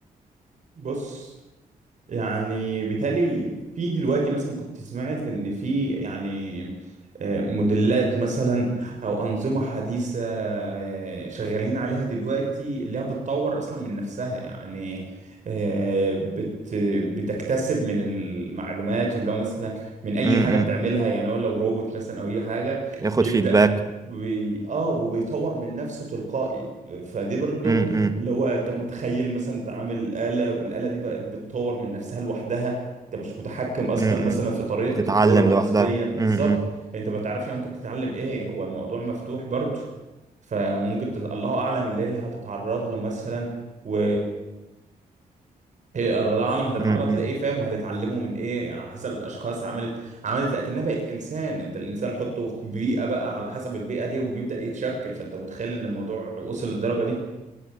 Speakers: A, on the right; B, on the right.
A: بص يعني بالتالي في دلوقتي مثلا كنت سمعت ان في يعني آه، موديلات مثلا او انظمه حديثه آه، شغالين عليها دلوقتي اللي هي بتطور اصلا من نفسها يعني آه، بت بتكتسب من المعلومات واللي هو مثلا من اي
B: م- م.
A: حاجه بتعملها يعني هو لو روبوت مثلا او اي حاجه
B: ياخد
A: ويبدا
B: فيدباك
A: بي... اه وبيطور من نفسه تلقائي فدي برضو
B: امم
A: اللي هو انت متخيل مثلا انت عامل آلة والآلة دي بقت بتطور من نفسها لوحدها انت مش متحكم اصلا
B: امم
A: مثلا في طريقة
B: بتتعلم
A: تطويرها
B: لوحدها
A: نسبيا بالظبط
B: امم
A: انت ما تعرفش هي ممكن تتعلم ايه هو الموضوع مفتوح برضو فممكن تت... الله اعلم اللي هي هتتعرض له مثلا و هي الله اعلم هتتعرض
B: امم
A: لايه فاهم وهتتعلمه من ايه على حسب الاشخاص عملت عملت اكنها بقت انسان انت الانسان حطه في بيئه بقى على حسب البيئه دي وبيبدا يتشكل فانت متخيل ان الموضوع وصل للدرجه دي